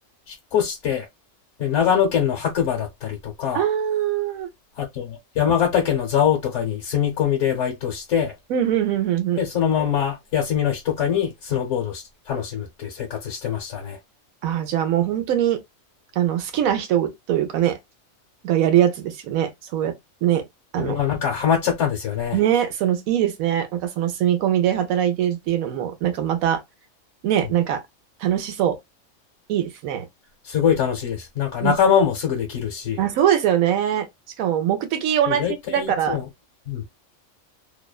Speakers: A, on the left (about 65°); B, on the right (about 85°).
A: 引っ越して、で長野県の白馬だったりとか、
B: ああ、
A: あと、山形県の蔵王とかに住み込みでバイトして、
B: うんうんうんうんうん。
A: で、そのまま休みの日とかにスノーボードをし楽しむっていう生活してましたね。
B: ああ、じゃあもう本当に、あの、好きな人というかね、がやるやつですよね。そうやってね。あの、
A: あのなんかハマっちゃったんですよね。
B: ね、その、いいですね。なんかその住み込みで働いてるっていうのも、なんかまた、ね、
A: うん
B: なんか楽しそう。いいですね。
A: すごい楽しいです。なんか仲間もすぐできるし、
B: うんあ、そうですよね。しかも目的同じだから、
A: そうだいたいいつも、うん、